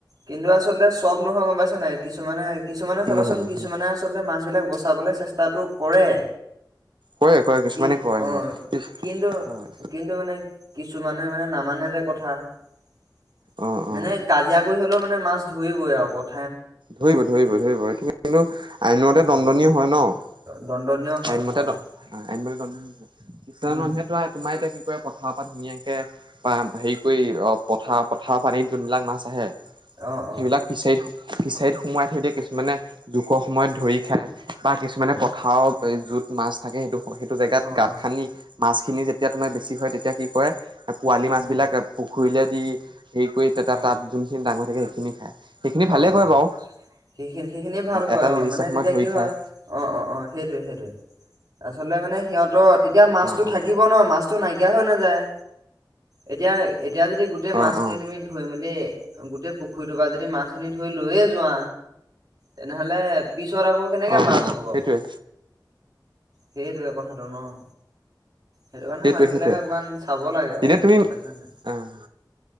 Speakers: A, on the right; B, on the right.
A: কিন্তু আচলতে চব নহয় গম পাইছা নাই। কিছুমানে কিছুমানে চাবাচোন,
B: নহয় নহয়
A: কিছুমানে আচলতে মাছ বিলাক বচাবলৈ চেষ্টা, তাতো কৰে।
B: কৰে কৰে কিছুমানে
A: কি
B: কৰে
A: অ',
B: অ',
A: কিন্তু কিন্তু মানে কিছুমানে, মানে নাম, মানে যে কথা, -
B: অ
A: মানে
B: অ
A: কাজিয়া কৰি হ'লেও মানে মাছ, ধৰিবই আৰু আগত।
B: ধৰিব, ধৰিব, ধৰিব এইখিনি, কিন্তু, আইনমতে দণ্ডনীয়
A: অ
B: হয় ন ',
A: দণ্ডনীয় হয়
B: আইনমতে
A: হয়
B: দ, '- আইনমতে দণ্ডনীয় হয়। কিছুমান
A: উম
B: মানুহেতটো তোমাৰ এতিয়া কি কৰে, পথাৰৰ পৰা ধুনীয়াকে বা হেৰি কৰি অ', পথাৰ- পথাৰৰ পানীত যোনবিলাক মাছ আহে,
A: অ অ
B: সেইবিলাক ফিচাৰি, ফিচাৰীত সোমোৱাই থৈ দিয়ে কিছুমানে জোখৰ সময়ত ধৰি খায় বা কিছুমানে পথাৰত য'ত মাছ থাকে সেইটো, সেইটো জেগাত
A: অ
B: গাত
A: অ
B: খান্দি মাছ, খিনি যেতিয়া তোমাৰ বেছি হয় তেতিয়া কি কৰে, - পোৱালি মাছ
A: উম
B: বিলাক পু, হুইলে দি, সেই কৰি তেতিয়া
A: অ
B: তাত যোনখিনি ডাঙৰ থাকে, খিনি খায়। সেইখিনি ভালে
A: অ ', -অ
B: কৰে বাৰু
A: ', সেইখিনি- সেইখিনি ভাল কয়।
B: এটা নিৰ্দিষ্ট
A: অ', মানে
B: সময়ত
A: তেতিয়া
B: ধৰি
A: কি হয়
B: খায়
A: অ- অ- অ সেইটোৱে - সেইটোৱে, আচলতে মানে সিহঁতৰ অ, এতিয়া মাছতো
B: অ অ
A: থাকিব ন', মাছতো নাইকিয়া হৈ নাযায়। এতিয়া, এতিয়া যদি গোটেই
B: অ
A: মাছখিনি
B: অ অ
A: তুমি ধুই মেলি, গোটেই পুখুৰীটোৰ পৰা যদি মাছ, খিনি ধৰি লৈয়ে যোৱা তেনেহ'লে, পিছত আকৌ কেনেকে
B: অ অ
A: মাছ হ'ব?
B: সেইটোৱে
A: সেইটোৱে কথাটো ন', সেইটো কাৰণে
B: সেইটোয়ে
A: মানুহ
B: -সেইটোয়ে
A: বিলাকে অকমান চাব লাগে আৰু
B: এনে তুমি
A: গম পাইছা নাই।
B: আঃ